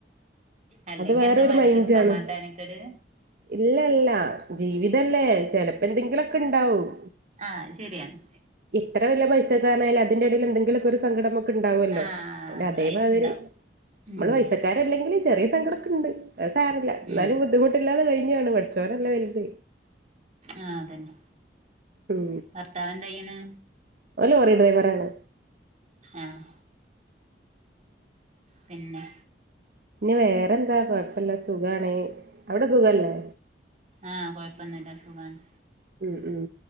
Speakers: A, on the right; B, on the right.
A: അല്ലെങ്കി
B: വേറൊരു
A: എന്നു മനസ്സിക്
B: മൈൻഡാണ്
A: സമാധാനക്കെട്
B: ഇല്ല ല്ലജീവിതല്ലേ ചെലപ്പ എന്തെങ്കിലൊക്കെ ഇണ്ടാവും
A: ആഹ് ശെര്യാണ്
B: ഇത്ര വല്ല പൈസക്കാരന് ആയലും അതിന്റെ എടേല് എന്തെങ്കിലൊക്കെ ഒരു സങ്കടം ക്ക്ണ്ടാവൊല്ലോ
A: ആഹ്
B: അതേ
A: അയിലുണ്ടാവും
B: മാതിരി അമ്മള്
A: ഉം
B: പൈസ അല്ലെങ്കില് ചെറിയ സങ്കടൊക്കെണ്ട് അത്‌ സാരല്ല
A: ഉം
B: ഇന്നാലും ബുദ്ധിമുട്ടില്ലാതെ കഴിഞ്ഞു പോണ് പഠി ചോനെല്ലെ വൽത്.
A: ആഹ് അതന്നെ
B: ഉം
A: ഭർത്താവ് എന്ത് യ്ണ്
B: ഓല് ഓറി ഡ്രൈവറാണ്.
A: ആഹ്. പിന്നെ.
B: പിന്നെ വേറെന്താ കൊയപ്പല്ല സുഖാണ്. ഔടെ സുഖല്ലേ..
A: ആഹ് കൊഴപ്പൊന്നുല്ല. സുഖാണ്.
B: ഉം ഉം